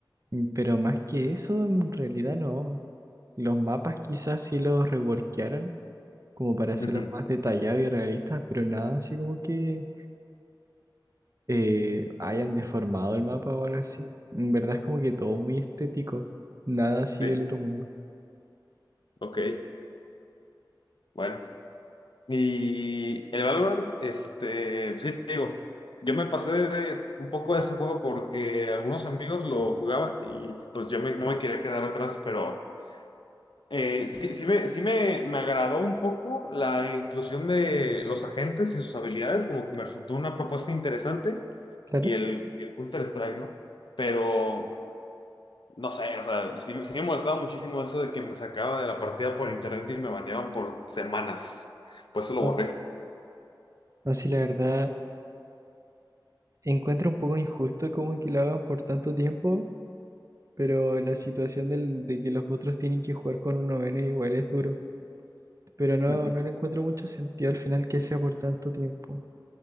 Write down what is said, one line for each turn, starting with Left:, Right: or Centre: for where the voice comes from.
Right: Mm, Pero más que eso, en realidad no. Los mapas quizás sí los reworkearon como para hacerlos
Left: Ujú.
Right: más detallados y realistas, pero nada así como que eh, hayan deformado el mapa o algo así. En verdad es como que todo muy estético, nada así
Left: Sí,
Right: del otro mundo.
Left: ok. Bueno. Y el Valorant, este, pues, sí te digo, yo me pasé de- un poco de ese juego porque algunos amigos lo jugaban y pues yo me- no me quería quedar atrás, pero eh, sí, sí me, sí me, me agradó un poco la inclusión de los agentes y sus habilidades, como que me resultó una propuesta interesante
Right: Claro.
Left: y el, y el Counter-Strike, ¿no? Pero no sé, o sea, sí, sí me molestaba muchísimo eso de que me sacaba de la partida por internet y me baneaban por semanas, pues eso lo
Right: No,
Left: borré.
Right: no, sí, la verdad. Encuentro un poco injusto como que lo hagan por tanto tiempo, pero la situación del- de que los otros tienen que jugar con uno menos igual es duro. Pero no,
Left: Ujú.
Right: no le encuentro mucho sentido al final que sea por tanto tiempo.